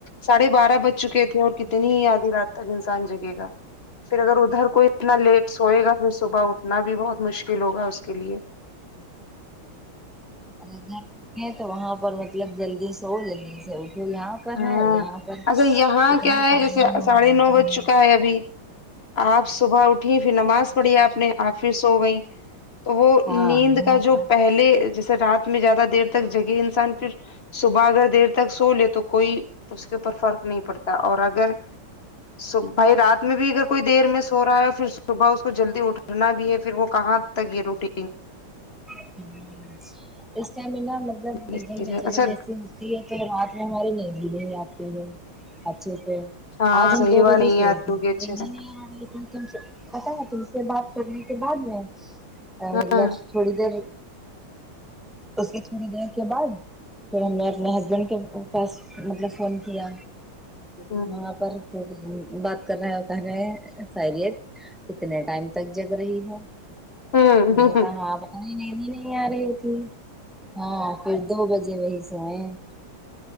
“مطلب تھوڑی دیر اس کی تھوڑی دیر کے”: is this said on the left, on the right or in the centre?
Centre